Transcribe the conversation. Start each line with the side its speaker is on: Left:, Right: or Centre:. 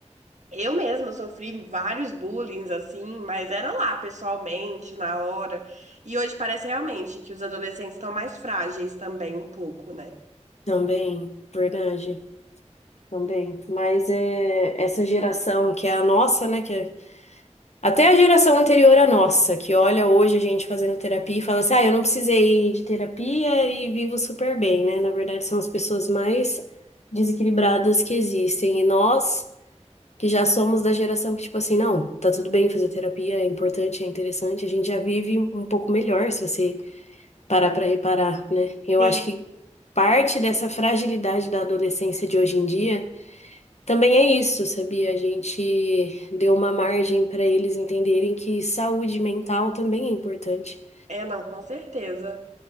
Right: eu mesma sofri vários bullying, assim, mas era lá, pessoalmente, na hora. E hoje parece realmente que os adolescentes estão mais frágeis também, um pouco, né?
Left: também, verdade, também. Mas é essa geração que é a nossa, né? Que é- até a geração anterior à nossa, que olha hoje a gente fazendo terapia e fala assim, ah, eu não precisei de terapia e vivo super bem, né? Na verdade, são as pessoas mais desequilibradas que existem. E nós que já somos da geração que, tipo assim, não, tá tudo bem fazer terapia, é importante, é interessante, a gente já vive um um pouco melhor se você parar pra reparar, né? Eu
Right: Sim.
Left: acho que parte dessa fragilidade da adolescência de hoje em dia também é isso, sabia? A gente deu uma margem pra eles entenderem que saúde mental também é importante.
Right: É, não, com certeza.